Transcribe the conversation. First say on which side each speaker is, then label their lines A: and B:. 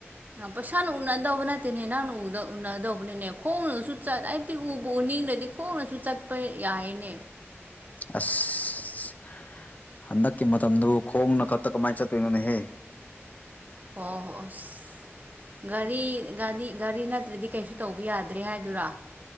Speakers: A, on the right; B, on the left.
A: ꯄꯩꯁꯥꯅ ꯎꯅꯗꯧꯕ ꯅꯠꯇꯦꯅꯦ ꯅꯪꯅ ꯎꯗ ꯎꯅꯗꯧꯕꯅꯤꯅꯦ ꯈꯣꯡꯅꯁꯨ ꯆꯠ ꯍꯥꯏꯕꯗꯤ ꯎꯕꯨ ꯎꯅꯤꯡ ꯆꯤꯡꯗꯗꯤ ꯈꯣꯡꯅꯁꯨ ꯆꯠꯄ ꯌꯥꯏꯌꯦꯅꯦ
B: ꯑꯁ ꯍꯟꯗꯛꯀꯤ ꯃꯇꯝꯗꯣ ꯈꯣꯡꯅ ꯀꯛꯇ ꯀꯃꯥꯏꯅ ꯆꯠꯇꯣꯏꯅꯣꯅꯦ ꯍꯦ
A: ꯑꯣ ꯍꯣ ꯑꯁ
B: <inaudible>
A: ꯒꯥꯔꯤ ꯒꯥꯔꯤ ꯒꯥꯔꯤ ꯅꯠꯇ꯭ꯔꯗꯤ ꯀꯩꯁꯨ ꯇꯧꯕ ꯌꯥꯗ꯭ꯔꯦ ꯍꯥꯏꯗꯨꯔꯥ